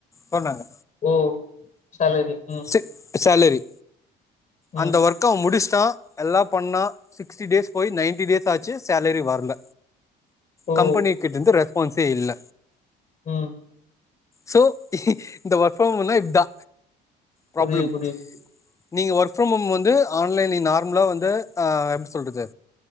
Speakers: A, on the left; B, on the left.
A: சொன்னாங்க
B: ஓ சாலரி ம்
A: சிக் சாலரி
B: ம்
A: அந்த வொர் க்க முடிச்ட்டான் நல்லா பண்ணா சிக்ஸ்டி டேஸ் போய் நைன்டி டேஸ் ஆச்சு சாலரி வரல
B: ஓ
A: கம்பனி கிட்டந்து ரெஸ்பான்ஸே இல்ல
B: ம்
A: சோ இந்த ஒர்க் ஃபார்ம் ஹோனா இதா ப்ராப்ளம்
B: புரியுது புரியுது
A: நீங்க ஒர்க் ஃப்ரம் ஹோம் வந்து ஆன்லைன்ல நார்மலா வந்து ஆ எப்டி சொல்றது